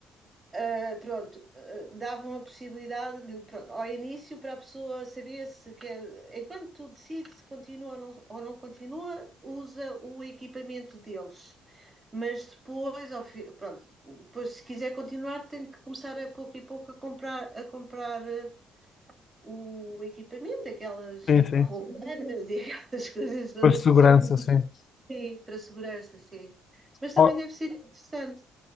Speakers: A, on the right (about 25°); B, on the left (about 50°).
A: Uh, pronto, uh, davam a possibilidade de, pronto, ao início para a pessoa saber se quer, enquanto tu decides se continua ou não, ou não continua, usa o equipamento deles. Mas depois, ao fi, pronto, depois se quiser continuar, tem que começar a pouco e pouco a comprar, a comprar uh, o equipamento, aquelas
B: Sim,
A: tipo
B: sim.
A: rolanas e aquelas <laughs> coisas todas
B: Depois de segurança,
A: que são
B: sim.
A: sim, para a segurança, sim. Mas também
B: O-
A: deve ser interessante.